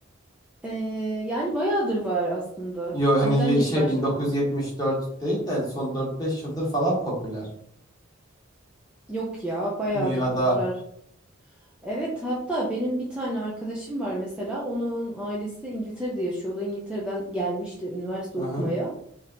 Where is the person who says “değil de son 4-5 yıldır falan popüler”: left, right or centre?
Left